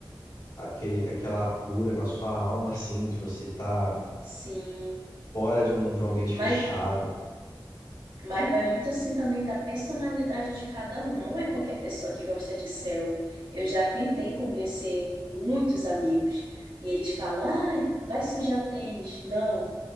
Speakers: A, on the left; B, on the right.
A: aquele, aquela cura na sua alma, assim, de você estar
B: sim.
A: fora de um, de um ambiente
B: Mas,
A: fechado.
B: mas vai muito assim também da personalidade de cada um. Não é qualquer pessoa que gosta de selva. Eu já tentei convencer muitos amigos e eles falam: ai, vai sujar tênis. Não,